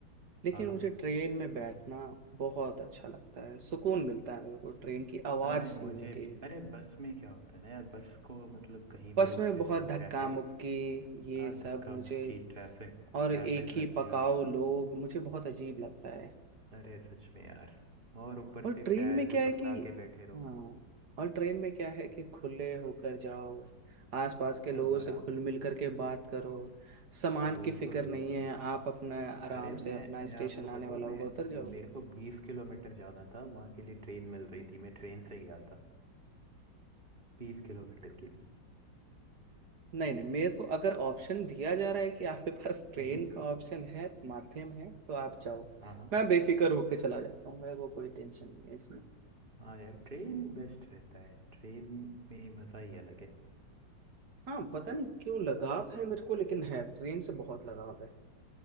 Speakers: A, on the right; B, on the right.
A: लेकिन
B: हाँ हाँ
A: मुझे ट्रेन में बैठना बहुत अच्छा लगता है सुकून मिलता है मेरे को ट्रेन की आवाज़
B: अरे
A: सुनने
B: मुझे
A: के
B: भी
A: ही
B: अरे बस में क्या होता है ना यार बस को मतलब कहीं
A: बस
B: भी रोक
A: में
B: देते
A: बहुत
B: हो
A: धक्का
B: ट्रैफिक
A: मुक्की ये
B: हाँ
A: सब
B: धक्का
A: मुझे
B: मुक्की ट्रैफिक
A: और
B: ट्रैफिक
A: एक
B: लग
A: ही पकाओ
B: गया
A: लोग मुझे बहुत अजीब लगता है
B: अरे सच में यार और ऊपर
A: और
B: से
A: ट्रेन
B: पैर
A: में क्या
B: को चिपका
A: है कि
B: के बैठे रहो
A: हाँ और ट्रेन में क्या है कि खुले होकर जाओ आसपास
B: एकदम
A: के लोगों
B: आराम
A: से घुल
B: से
A: मिल करके बात करो सामान
B: बिल्कुल
A: की फिक्र नहीं
B: बिल्कुल
A: है आप अपना आराम
B: अरे मैं
A: से अपना
B: मैं
A: स्टेशन
B: आपको बताऊं
A: आने वाला
B: मैं
A: होगा उतर जाओगे
B: मेरे को बीस किलोमीटर जाना था वहां के लिए ट्रेन मिल रही थी मैं ट्रेन से गया था बीस किलोमीटर के लिए
A: नहीं नहीं मेरे को अगर ऑप्शन दिया जा रहा है कि आपके पास ट्रेन
B: हम्म
A: का ऑप्शन है माध्यम है तो आप जाओ
B: हाँ हाँ
A: मैं बेफिक्र होकर चला जाता हूँ मेरे को कोई टेंशन नहीं है इसमें
B: हाँ यार ट्रेन बेस्ट रहता है ट्रेन में मजा ही अलग है
A: हाँ पता नहीं क्यों लगाव है मेरे को लेकिन है ट्रेन से बहुत लगाव है